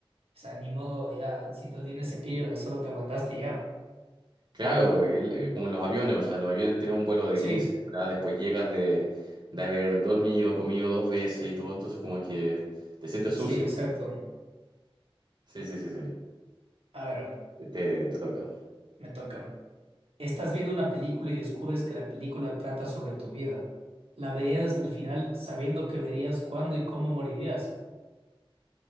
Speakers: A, on the right (about 75°); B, on the right (about 50°).
A: o sea, ni modo, ya, si no tienes cepillo, ya solo te aguantaste y ya.
B: Claro, el- eh, como en los aviones, o sea, en los aviones tienes un vuelo de
A: Sí,
B: 15 horas, después llegas de, de haber dormido, comido dos veces y todo, entonces como que te sientes sucio.
A: sí, exacto.
B: Sí, sí, sí, sí.
A: A ver.
B: Te, te toca.
A: Me toca. Estás viendo una película y descubres que la película trata sobre tu vida. La verías hasta el final, sabiendo que verías cuándo y cómo morirías.